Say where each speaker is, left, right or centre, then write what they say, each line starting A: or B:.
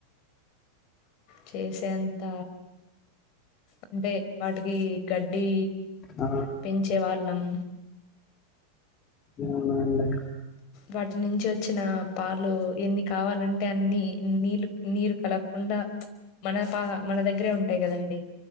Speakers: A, on the left; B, on the left.
A: చేసేంత అంటే వాటికి గడ్డి
B: ఆ
A: పెంచే వాళ్ళం
B: అవునా అండి
A: వాటి నుంచివచ్చిన పాలు ఎన్ని కావాలంటే అన్ని నీళ్ళు నీరు కలపకుండా మన పా మన దగ్గరే ఉంటాయి గదండి